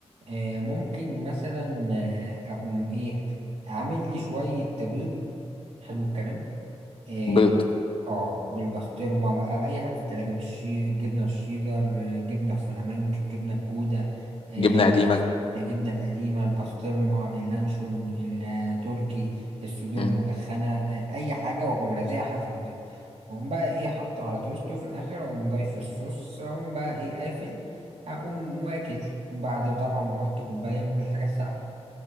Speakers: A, on the right; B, on the left.
A: آه، ممكن مثلا آه، اقوم ايه اعمل لي شوية بيض حلو الكلام آه،
B: بيض
A: اه بالبسطرمة بقى أي حاجة في التلاجة بالشي الجبنة الشيدر آه، جبنة السلامانك الجبنة الجودة آه،
B: جبنه قديمه
A: الجبنة القديمة البسطرمة اللانشون التركي الصدور
B: مم.
A: المدخنة آه، أي حاجة وأقوم رازعها في البيض وأقوم بقى إيه حاطه على توست وفي الآخر أقوم ضايف الصوص أقوم بقى إيه قافل أقوم واكل بعد طبعا ما أحط كوباية من الحاجة الساقعة